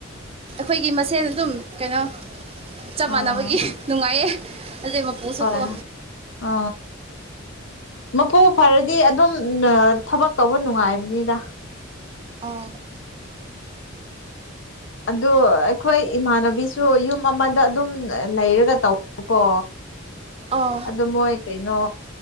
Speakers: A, on the right; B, on the left.
A: ꯑꯩꯈꯣꯏꯒꯤ ꯃꯁꯦꯟ ꯑꯗꯨꯝ ꯀꯩꯅꯣ ꯆꯞ
B: ꯑꯥ
A: ꯃꯥꯟꯅꯕꯒꯤ ꯅꯨꯡꯉꯥꯏꯌꯦ ꯑꯗꯨꯏ ꯃꯄꯨꯁꯨꯀꯣ
B: ꯍꯣꯏ- ꯍꯣꯏ ꯑ ꯃꯄꯨ ꯐꯔꯗꯤ ꯑꯗꯨꯝ ꯊꯕꯛ ꯇꯧꯕ ꯅꯨꯡꯉꯥꯏꯕꯅꯤꯗ
A: ꯑ
B: ꯑꯗꯨ ꯑꯩꯈꯣꯏ ꯏꯃꯥꯟꯅꯕꯤꯁꯨ ꯌꯨꯝ ꯑꯃꯗ ꯑꯗꯨꯝ ꯂꯩꯔꯒ ꯇꯧꯕꯀꯣ
A: ꯑꯣ
B: ꯑꯗ ꯃꯣꯏ ꯀꯩꯅꯣ